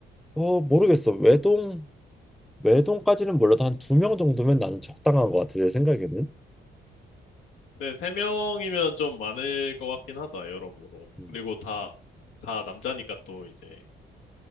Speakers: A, in the centre; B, on the left.
A: 어 모르겠어. 외동 외동까지는 몰라도 한 두 명 정도면 나는 적당한 것 같아 내 생각에는.
B: 네, 세 명이면 좀 많을 것 같긴 하다, 여러모로.
A: 음,
B: 그리고 다, 다 남자니까 또 이제